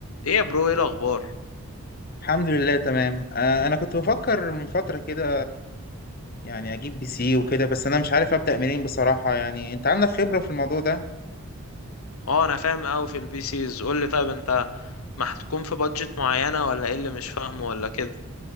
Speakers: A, on the left; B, on the left.
A: ايه يا برو ايه الاخبار
B: الحمد لله تمام آه، انا كنت بفكر من فترة كده يعني اجيب بي سي وكده بس انا مش عارف ابدأ منين بصراحة يعني انت عندك خبرة في الموضوع ده
A: اه انا فاهم قوي في البي سيز قول لي طيب انت محكوم في بادجت معينه ولا ايه اللي مش فاهمه ولا كده